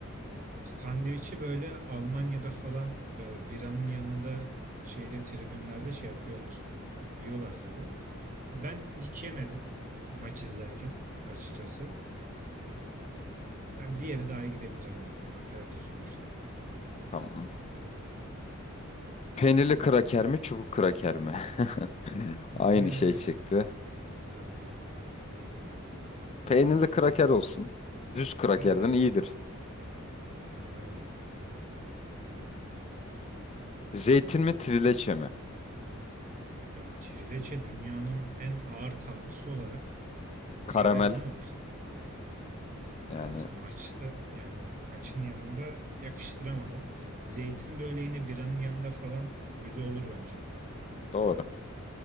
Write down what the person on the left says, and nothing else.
Tamam. Peynirli kraker mi, çubuk kraker mi? <laughs>
Aynı şey çıktı.
Peynirli kraker olsun. Düz krakerden
iyidir.
Zeytin mi, trileçe mi?
Karamel.
Yani
doğru.